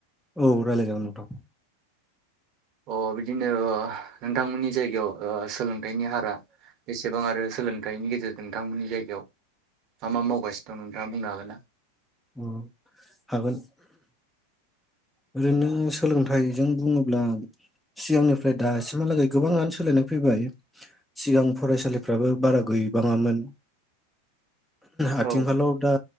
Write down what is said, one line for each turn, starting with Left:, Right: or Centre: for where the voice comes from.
Centre: औ रायलाय जागोन नोंथां
Right: अ बिदिनो ओ नोंथांमोननि जायगायाव ओ सोलोंथाइनि हारा बेसेबां आरो सोलोंथाइनि गेजेरजों नोंथांमोननि जायगायाव मा मा मावगासिनो दं नोंथाङा बुंनो हागोन ना?
Centre: अ हागोन ओरैनो सोलोंथाइजों बुङोब्ला सिगांनिफ्राय दासिमहालागै गोबाङानो सोलायनाय फैबाय सिगां फरायसालिफ्राबो बारा गैबाङामोन। आथिं
Right: औ
Centre: खालाव दा